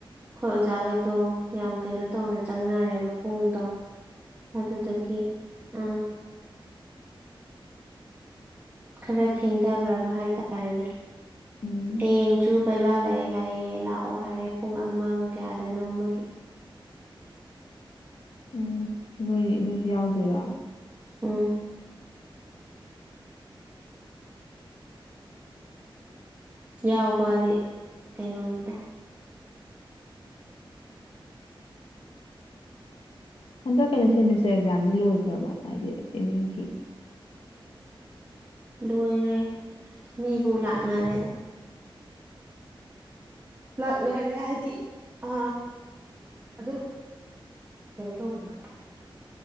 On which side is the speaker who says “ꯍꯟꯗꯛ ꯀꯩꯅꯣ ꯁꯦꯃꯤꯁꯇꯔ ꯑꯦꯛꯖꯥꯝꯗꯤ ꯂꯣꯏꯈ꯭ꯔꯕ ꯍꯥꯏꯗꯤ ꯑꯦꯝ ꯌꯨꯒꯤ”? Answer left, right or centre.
Left